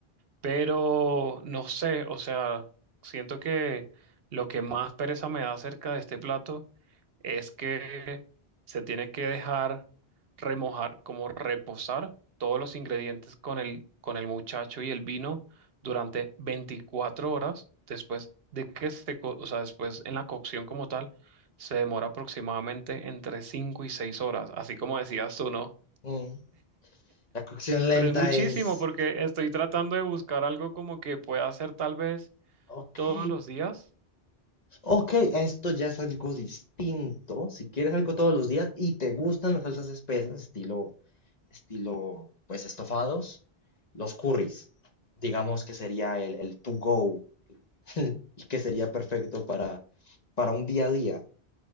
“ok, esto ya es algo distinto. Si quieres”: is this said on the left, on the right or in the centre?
Left